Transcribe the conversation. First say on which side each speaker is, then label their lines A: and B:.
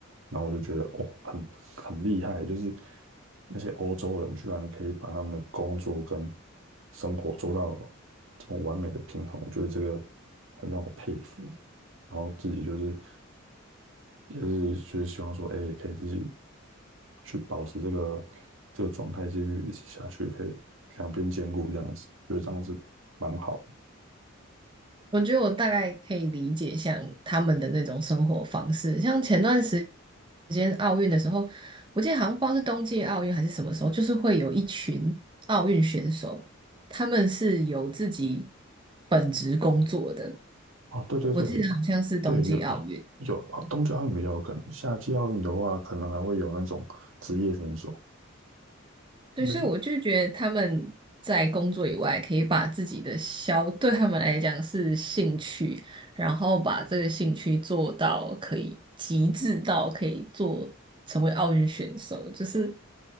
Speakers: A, on the right (about 70°); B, on the right (about 25°).
A: 然后我就觉得哦，很很厉害，就是那些欧洲人居然可以把他们的工作跟生活做到这么完美的平衡，我觉得这个很让我佩服。然后自己就是就是就是希望说，哎，可以自己去保持这个这个状态，继续一直下去，可以两边兼顾这样子，觉得这样子蛮好的。
B: 我觉得我大概可以理解像他们的那种生活方式，像前段时间奥运的时候，我记得好像不知道是冬季奥运还是什么时候，就是会有一群奥运选手，他们是有自己本职工作的，
A: 啊，对对对，
B: 我记得好像是冬季奥运，
A: 对有有啊冬季奥运比较有可能，夏季奥运的话，可能还会有那种职业选手，
B: 对，
A: 应该是
B: 所以我就觉得他们在工作以外，可以把自己的消，对他们来讲是兴趣，然后把这个兴趣做到可以极致到可以做成为奥运选手，就是